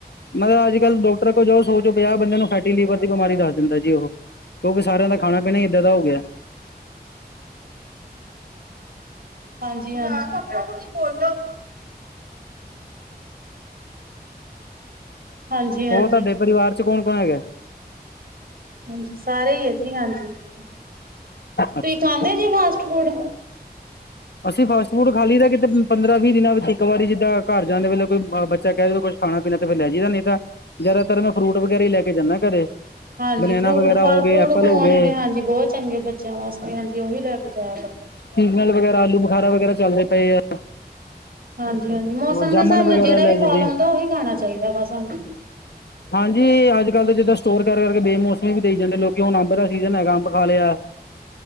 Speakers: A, on the left (about 90°); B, on the right (about 60°).
A: ਮਤਲਬ ਅੱਜ ਕੱਲ੍ਹ ਡਾਕਟਰ ਕੋਲ ਜਾਓ ਸੋ ਚੋ ਪੰਜਾਹ ਬੰਦਿਆਂ ਨੂੰ ਫੈਟੀ ਲੀਵਰ ਦੀ ਬਿਮਾਰੀ ਦੱਸ ਦਿੰਦਾ ਜੀ ਉਹ। ਕਿਉਂਕਿ ਸਿਆਂ ਦਾ ਖਾਣਾ ਪੀਣਾ ਇਦਾਂ ਦਾ ਹੋ ਗਿਆ।
B: ਹਾਂਜੀ ਹਾਂਜੀ ਬੋਲੋ। ਹਾਂਜੀ
A: ਹੋਰ ਤੁਹਾਡੇ ਪਰਿਵਾਰ ਚ ਕੌਣ ਕੌਣ ਹੈਗਾ।
B: ਹਾਂਜੀ ਸਾਰੇ ਹੀ ਆ ਜੀ ਹਾਂਜੀ ਤੁਸੀਂ
A: ਅੱਛਾ
B: ਖਾਂਦੇ ਜੇ ਫਾਸਟ ਫੂਡ।
A: ਅਸੀਂ ਫਾਸਟ ਫੂਡ ਖਾਲੀ ਦਾ ਕਿਤੇ ਪੰਦਰਾਂ ਵੀਹ ਦਿਨਾਂ ਵਿੱਚ ਇੱਕ ਵਾਰੀ ਜਿੱਦਾਂ ਘਰ ਜਾਂਦੇ ਵੇਲੇ ਕੋਈ ਬੱਚਾ ਕਹਿ ਦੇ ਕੁਛ ਖਾਣਾ ਪੀਣਾ ਤੇ ਫਿਰ ਲੈ ਜਾਈਦਾ ਨਹੀਂ ਤਾਂ ਜ਼ਿਆਦਾਤਰ ਮੈਂ ਫਰੂਟ ਵਗੈਰਾ ਹੀ ਲੈ ਕੇ ਜਾਂਦਾ ਘਰੇ।
B: ਹਾਂਜੀ,
A: ਬਨੈਨਾ
B: ਫਰੂਟ
A: ਵਗੈਰਾ
B: ਫਲ
A: ਹੋ ਗਏ
B: ਫਰੂਟ
A: ਐਪਲ
B: ਖਵਾਉਣੇ
A: ਹੋ ਗਏ
B: ਤੇ ਹਾਂਜੀ ਬਹੁਤ ਚੰਗੇ ਬੱਚਿਆਂ ਵਾਸਤੇ ਹਾਂਜੀ ਉਹੀ ਲੈ ਕੇ ਜਾਇਆ ਕਰੋ।
A: ਸੀਜ਼ਨਲ ਵਗੈਰਾ ਆਲੂੁ ਬਖਾਰਾ ਵਗੈਰਾ ਚੱਲਦੇ ਪਏ ਆ।
B: ਹਾਂਜੀ ਹਾਂਜੀ, ਮੌਸਮ
A: ਜਾਮਨ
B: ਦੇ ਹਿਸਾਬ ਨਾਲ
A: ਵਗੈਰਾ
B: ਜਿਹੜਾ
A: ਲੈ
B: ਵੀ ਫ਼ਲ
A: ਜਦੇ
B: ਹੁੰਦਾ ਉਹੀ ਖਾਣਾ ਚਾਹੀਦਾ ਵਾ ਸਾਨੂੰ।
A: ਹਾਂਜੀ, ਅੱਜ ਕੱਲ੍ਹ ਤਾਂ ਜਿੱਦਾਂ ਸਟੋਰ ਕਰ ਕਰਕੇ ਬੇਮੌਸਮੀ ਵੀ ਦੇਈ ਜਾਂਦੇ ਲੋਕ। ਜਿਵੇਂ ਹੁਣ ਅੰਬ ਦਾ ਸੀਜਨ ਹੈਗਾ ਅੰਬ ਖਾ ਲਿਆ